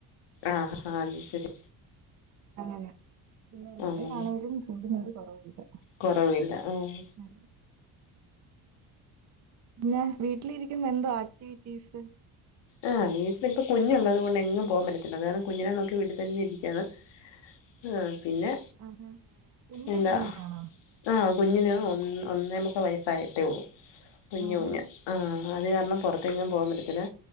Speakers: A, on the left; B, on the right.
A: ആഹ ആഹ അത് ശരി..
B: അങ്ങനെ പിന്നെ
A: ആഹ്
B: ആണേലും ചൂട്ന് ഒരു കുറവുംല്ല..
A: കൊറവില്ല ആഹ..
B: ഉം പിന്നെ വീട്ടിലിരിക്കുമ്പം എന്തോ ആക്ടിവിറ്റീസ്..
A: ആഹ വീട്ടിലിപ്പ കുഞ്ഞുള്ളത് കൊണ്ട് എങ്ങും പോകൻ പറ്റത്തില്ല കാരണം കുഞ്ഞിനെ നോക്കി വീട്ടിൽ തന്നെ ഇരിക്കാണ്.. ആഹ പിന്നെ
B: ആഹാ കുഞ്ഞു
A: എന്താ..
B: കുഞ്ഞനാണോ
A: ആഹ കുഞ്ഞിന് ഒ ഒന്നേമുക്കാൽ വയസ്സായിട്ടേ ഒള്ളൂ.. കുഞ്ഞ
B: ആഹാ
A: കുഞ് ആഹ അത് കാരണം പുറത്ത്ങ്ങും പോകാൻ പറ്റത്തില്ല